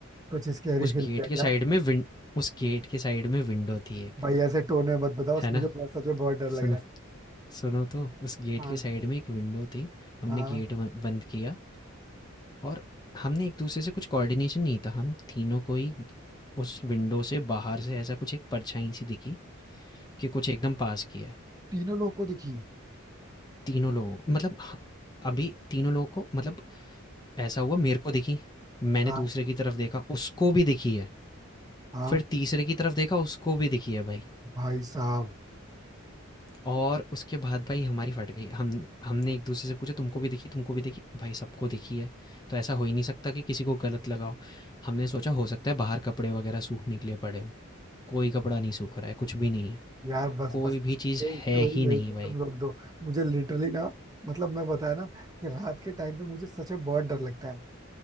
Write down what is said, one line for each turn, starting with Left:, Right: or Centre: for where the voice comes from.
Right: कुछ स्कैरी
Left: उस
Right: फील
Left: गेट
Right: किया
Left: के
Right: क्या
Left: साइड में विन उस गेट के साइड में विंडो थी एक,
Right: भाई ऐसे टोन में मत बताओ
Left: है ना?
Right: मुझे बहुत सच में बहुत डर लग
Left: सुनो
Right: रहा है
Left: सुनो तो, उस गेट
Right: हाँ
Left: के साइड में एक विंडो थी। हमने
Right: हाँ
Left: गेट ब बंद किया और हमने एक-दूसरे से कुछ कोऑर्डिनेशन नहीं था। हम तीनों को ही उस विंडो से बाहर से ऐसा कुछ एक परछाई सी दिखी कि कुछ एकदम पास किया है।
Right: तीनों लोगों को दिखी
Left: तीनों लोगों मतलब ह अभी तीनों लोगों को मतलब ऐसा हुआ मेरे को दिखी, मैंने
Right: हाँ
Left: दूसरे की तरफ देखा, उसको भी दिखी है,
Right: हाँ
Left: फिर तीसरे की तरफ देखा, उसको भी दिखी है भाई
Right: भाई साहब
Left: और उसके बाद भाई हमारी फट गई। हम हमने एक-दूसरे से पूछा तुमको भी दिखी, तुमको भी दिखी? भाई सबको दिखी है, तो ऐसा हो ही नहीं सकता कि किसी को गलत लगा हो। हमने सोचा हो सकता है बाहर कपड़े वगैरह सूखने के लिए पड़े हों, कोई कपड़ा नहीं सूख रहा है, कुछ भी नहीं है,
Right: यार बस
Left: कोई
Right: बस
Left: भी चीज़
Right: ये
Left: है
Right: स्टोरी
Left: ही
Right: यही
Left: नहीं
Right: पे
Left: भाई।
Right: तुम रोक दो मुझे लिटरली ना मतलब मैं बताया ना कि रात के टाइम पे मुझे सच में बहुत डर लगता है